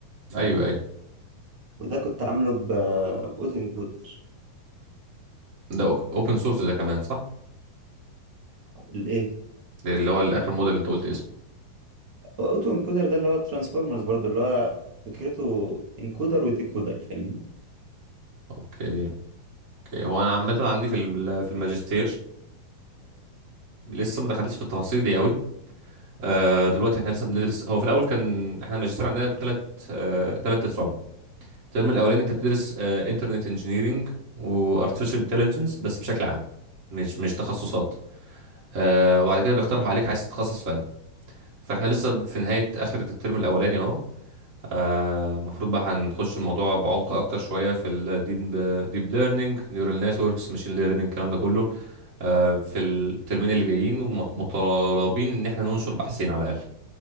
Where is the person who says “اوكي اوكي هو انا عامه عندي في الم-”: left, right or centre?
Right